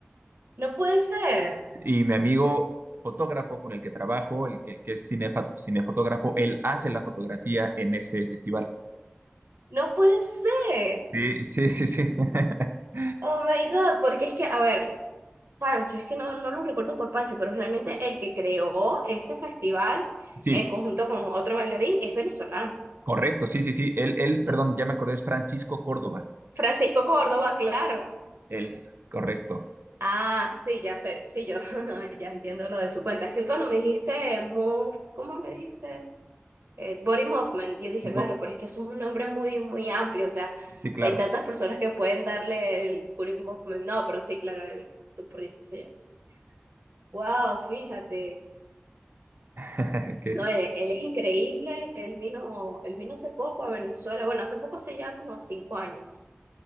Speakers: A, on the right (about 80°); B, on the right (about 60°).
A: No puede ser,
B: Y mi amigo fotógrafo con el que trabajo, el, el que es cinefa- cinefotógrafo, él hace la fotografía en ese festival.
A: no puede ser.
B: Sí, sí, sí, sí. <laughs>
A: Oh my God, porque es que, a ver, Pancho, es que no, no lo recuerdo por Pancho, pero realmente el que creó ese festival
B: Sí,
A: en conjunto con otro bailarín es venezolano.
B: correcto, sí, sí, sí. Él, él, perdón, ya me acordé, es Francisco Córdoba.
A: Francisco Córdoba, claro.
B: Él, correcto.
A: Ah, sí, ya sé, sí, yo <laughs> ya entiendo lo de su cuenta. Es que cuando me dijiste Move, ¿cómo me dijiste? Eh, Body Movement, yo dije,
B: Bo-
A: berro, pero es que es un nombre muy, muy amplio, o sea,
B: Sí, claro.
A: hay tantas personas que pueden darle el Body Movement. No, pero sí, claro, el, su proyecto se llama así. Wow, fíjate.
B: <laughs> Que-
A: No, él, él es increíble, él vino, él vino hace poco a Venezuela, bueno, hace poco, hace ya como cinco años,